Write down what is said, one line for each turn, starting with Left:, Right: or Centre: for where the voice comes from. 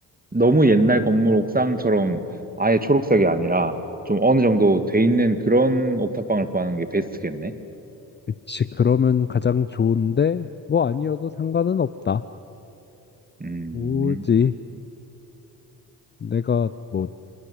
Right: 너무 옛날 건물 옥상처럼 아예 초록색이 아니라, 좀 어느 정도 돼 있는 그런 옥탑방을 구하는 게 베스트겠네.
Left: 그치 그러면 가장 좋은데 뭐 아니어도 상관은 없다
Right: 음,
Left: 오지 내가 뭐